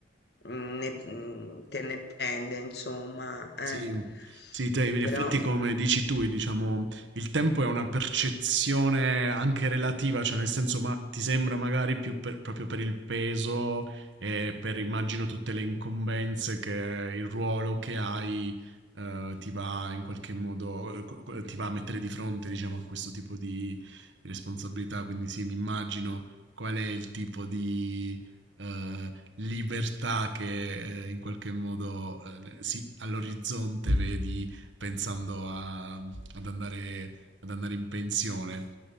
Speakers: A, on the left (about 60°); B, on the right (about 80°).
A: mm, ne- mm, te ne prende, insomma. eh.
B: Sì, sì, te, in
A: Però...
B: effetti come dici tu, diciamo, il tempo è una percezione anche relativa, cioè nel senso, ma ti sembra magari più per- proprio per il peso e per, immagino, tutte le incombenze che il ruolo che hai eh, ti va in qualche modo, eh, co- co- ti va a mettere di fronte, diciamo, a questo tipo di responsabilità, quindi sì, mi immagino qual è il tipo di... eh, libertà che eh, in qualche modo eh, sì, all'orizzonte vedi pensando a- ad andare, ad andare in pensione.